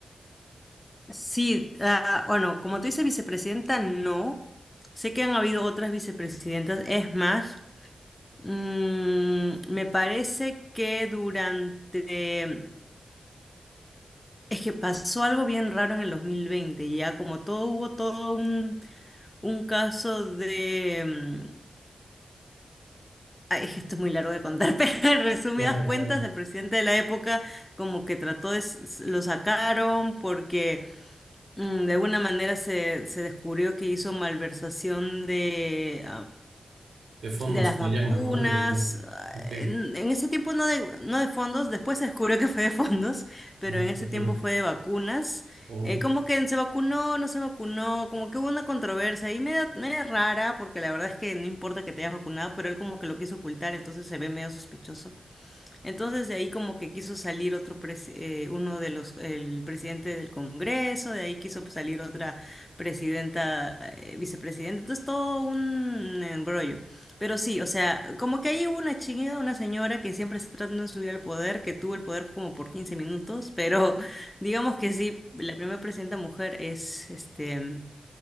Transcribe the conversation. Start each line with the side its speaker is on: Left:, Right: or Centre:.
Left: Sí, ah, bueno, como tú dices, vicepresidenta, no. Sé que han habido otras vicepresidentas, es más, mm, me parece que durante... Es que pasó algo bien raro en el 2020, ya como todo hubo todo un, un caso de... Ay, es que esto es muy largo de contar, <laughs> pero en resumidas
Right: Claro,
Left: cuentas,
Right: claro.
Left: el presidente de la época como que trató de, s- s- lo sacaron porque mm, de alguna manera se, se descubrió que hizo malversación de,
Right: De fondos,
Left: de las
Right: que
Left: vacunas.
Right: le llaman, ¿no? De dinero. Ok,
Left: En, en ese tiempo no de, no de fondos, después se descubrió que fue de fondos, pero
Right: mm,
Left: en ese
Right: de acuerdo.
Left: tiempo fue de vacunas.
Right: Oh,
Left: Eh, como que se vacunó, no se vacunó, como que hubo una controversia ahí media, media rara, porque la verdad es que no importa que te hayas vacunado, pero él como que lo quiso ocultar, entonces se ve medio sospechoso. Entonces de ahí como que quiso salir otro pres- eh, uno de los el presidente del Congreso, de ahí quiso pues, salir otra presidenta, eh, vicepresidenta. Entonces todo un embrollo. Pero sí, o sea, como que ahí hubo una chingada, una señora que siempre está tratando de subir al poder, que tuvo el poder como por 15 minutos, pero <laughs> digamos que sí, la primera presidenta mujer es este